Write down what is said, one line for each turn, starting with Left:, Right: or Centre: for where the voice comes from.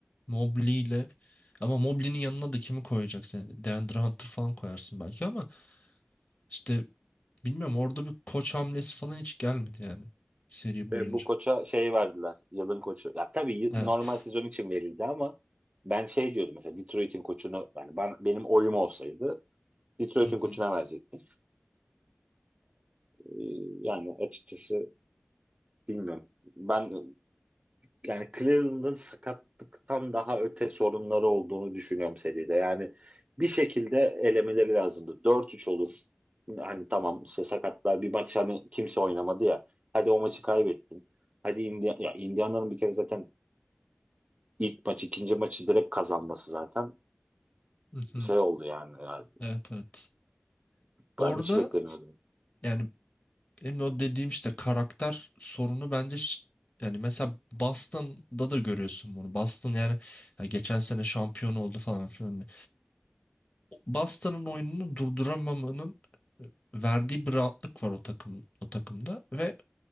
Left: Mobley ile ama Mobley'nin yanına da kimi koyacaksın? Yani DeAndre Hunter falan koyarsın belki ama işte bilmiyorum orada bir koç hamlesi falan hiç gelmedi yani seri
Right: Ve
Left: boyunca.
Right: bu koça şey verdiler. Yılın koçu. Ya tabii y-
Left: Evet.
Right: normal sezon için verildi ama ben şey diyordum mesela Detroit'in koçunu yani ben, benim oyum olsaydı Detroit'in
Left: Hı
Right: koçuna
Left: hı.
Right: verecektim. Ee, yani açıkçası bilmiyorum. Ben yani Cleveland'ın sakatlıktan daha öte sorunları olduğunu düşünüyorum seride. Yani bir şekilde elemeleri lazımdı. Dört üç olur. Hani tamam işte sakatlar bir maç hani kimse oynamadı ya. Hadi o maçı kaybettin. Hadi Indi ya Indiana'nın bir kere zaten ilk maç ikinci maçı direkt kazanması zaten
Left: Hı hı.
Right: şey oldu yani. Yani
Left: Evet evet. Orada
Right: ben hiç beklemiyordum.
Left: yani Benim o dediğim işte karakter sorunu bence ş- yani mesela Boston'da da görüyorsun bunu. Boston yani ya geçen sene şampiyon oldu falan filan. Boston'ın oyununu durduramamanın e, verdiği bir rahatlık var o takım o takımda ve